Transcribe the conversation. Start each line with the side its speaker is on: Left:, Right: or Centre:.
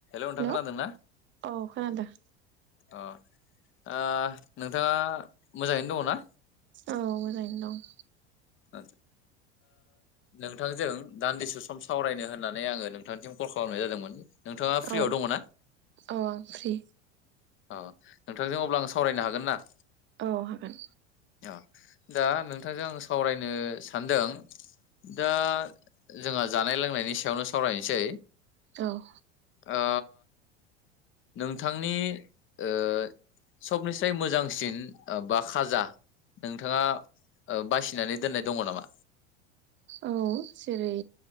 Left: नोंथां
Right: हेल'
Left: खोनादोंना
Right: औ खोनादों।
Left: अ ओ नोंथाङा मोजाङैनो दङ ना?
Right: औ मोजाङैनो दं।
Left: ओ नोंथांजों दान्दिसे सम सावरायनो होननानै आङो नोंथांथिम कल खालामनाय जादोंमोन। नोंथाङा फ्रियाव
Right: औ
Left: दङ ना?
Right: औ आं फ्रि।
Left: औ नोंथांजों अब्ला आं सावरायनो हागोन ना?
Right: औ हागोन।
Left: अ दा नोंथांजों आं सावरायनो सानदों दा जोंहा जानाय लोंनायनि सायावनो सावरायनोसै।
Right: औ
Left: ओ नोंथांनि ओ सबनिफ्राय मोजांसिन ओ बा खाजा नोंथाङा ओ बासिनानै दोननाय दङ नामा?
Right: औ जेरै